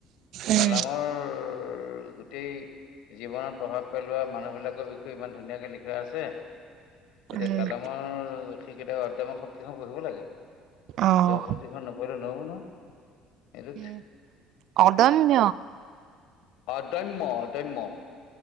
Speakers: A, on the right; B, on the left.
A: উম
B: কালামৰ গোটেই, জীৱনত প্ৰভাৱ পেলোৱা মানুহবিলাকৰ বিষয়ে ইমান ধুনীয়াকে লিখা আছে। গতিকে
A: উম
B: কালামৰ সেইটা অদ্যমৰ শক্তিখন পঢ়িব লাগে
A: অহ
B: অদ্যম শক্তি, এখন নপঢ়িলে নহ'ব নহয়। এইটোত
A: উম অদন্য,
B: অদম্য অদম্য